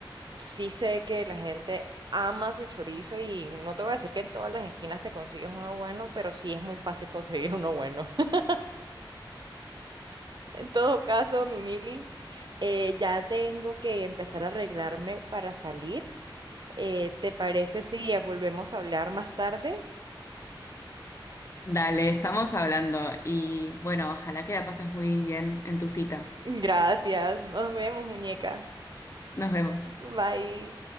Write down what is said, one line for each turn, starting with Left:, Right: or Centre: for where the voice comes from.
Right: sí sé que la gente ama su chorizo y no te voy a decir que en todas las esquinas te consigues uno bueno, pero sí es muy fácil conseguir uno bueno. <laughs> En todo caso, mi Mili, eh, ya tengo que empezar a arreglarme para salir. Eh, ¿te parece si volvemos a hablar más tarde?
Left: Dale, estamos hablando y bueno, ojalá que la pases muy bien en tu cita.
Right: Gracias, nos vemos, muñeca.
Left: Nos vemos.
Right: Bye.